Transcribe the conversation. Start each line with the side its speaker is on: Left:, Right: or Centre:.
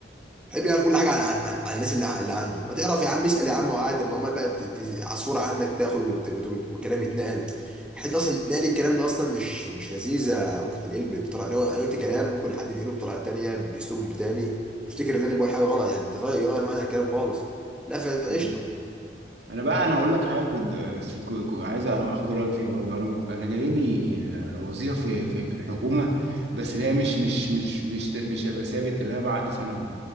Centre: بحب يعرف كل حاجه عن, عن, عن الناس اللي, ع- اللي عنده ما تعرف يا عم اسال يا عم وعادي ما هم بقى ت- ت- على الصوره عنك تاخد وت- وت- والكلام يتنقل حتى اصلا نقل الكلام ده اصلا مش مش لذيذه ممكن تنقل ب- بطريقه لو أنا قلت كلام ممكن حد ينقله بطريقه تانيه باسلوب تاني يفتكر ان انا بقول حاجه غلط يعني تغير يغير معنى الكلام خالص لا ف- فقشطه
Right: أيوه صح أنا بقى أنا هقول لك حاجة كنت بس كو- كو- عايز آخد رأيك فيها برضه أنا ب- أنا جاي لي وظيفة في في في الحكومة بس اللي هي مش مش مش مش مش هبقى ثابت اللي هي بعقد سنوي